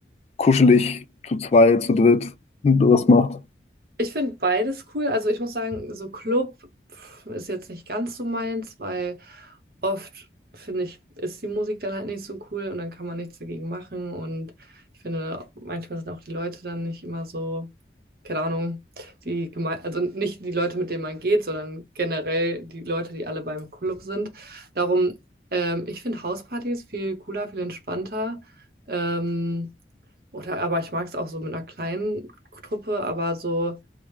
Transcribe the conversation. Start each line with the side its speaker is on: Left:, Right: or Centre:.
Left: kuschelig zu zweit, zu dritt was macht?
Right: Ich finde beides cool. Also ich muss sagen, so Club pf, ist jetzt nicht ganz so meins, weil oft finde ich, ist die Musik dann halt nicht so cool und dann kann man nichts dagegen machen. Und ich finde, manchmal sind auch die Leute dann nicht immer so, keine Ahnung, die geme- also nicht die Leute, mit denen man geht, sondern generell die Leute, die alle beim Club sind. Darum, ähm, ich finde Hauspartys viel cooler, viel entspannter. Ähm, oder, aber ich mag es auch so mit einer kleinen Truppe, aber so